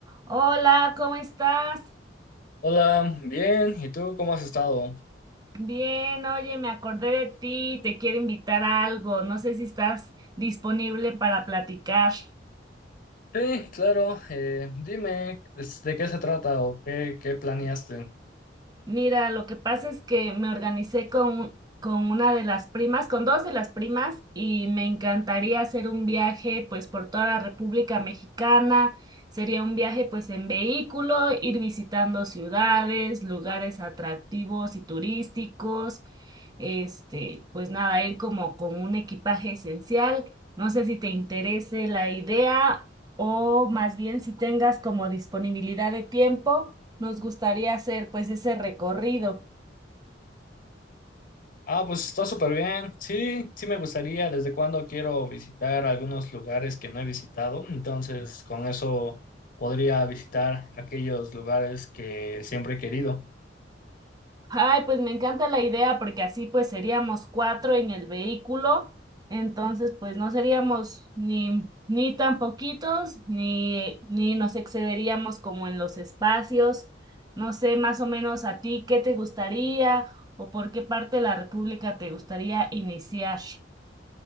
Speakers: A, on the right (about 20°); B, on the left (about 50°).
A: Hola, ¿cómo estás?
B: Hola, bien, ¿y tú cómo has estado?
A: Bien, oye, me acordé de ti, te quiero invitar a algo, no sé si estás disponible para platicar.
B: Sí, claro, eh, dime pues, de qué se trata o qué, qué planeaste.
A: Mira, lo que pasa es que me organicé con, con una de las primas, con dos de las primas, y me encantaría hacer un viaje pues por toda la República Mexicana. Sería un viaje pues en vehículo, ir visitando ciudades, lugares atractivos y turísticos. Este, pues nada, ir como con un equipaje esencial. No sé si te interese la idea o más bien si tengas como disponibilidad de tiempo nos gustaría hacer pues ese recorrido.
B: Ah, pues está súper bien, sí, sí me gustaría, desde cuándo quiero visitar algunos lugares que no he visitado, entonces con eso podría visitar aquellos lugares que siempre he querido.
A: Ay, pues me encanta la idea porque así pues seríamos cuatro en el vehículo, entonces pues no seríamos ni, ni tan poquitos ni, ni nos excederíamos como en los espacios. No sé, más o menos a ti, ¿qué te gustaría o por qué parte de la República te gustaría iniciar?